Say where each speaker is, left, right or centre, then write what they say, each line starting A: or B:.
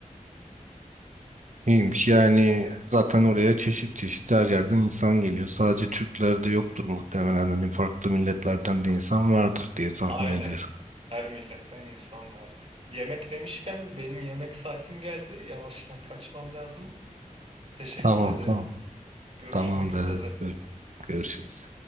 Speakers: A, on the right (about 60°); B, on the right (about 45°).
A: İyiymiş yani zaten oraya çeşit çeşit her yerden insan geliyor. Sadece Türkler de yoktur muhtemelen. Hani farklı milletlerden de insan vardır diye tahmin
B: Aynen.
A: ediyorum.
B: Her milletten insan var. Yemek demişken benim yemek saatim geldi. Yavaştan kaçmam lazım. Teşekkür
A: Tamam
B: ederim.
A: tamam.
B: Görüşmek
A: Tamamdır.
B: üzere.
A: Gör- Görüşürüz.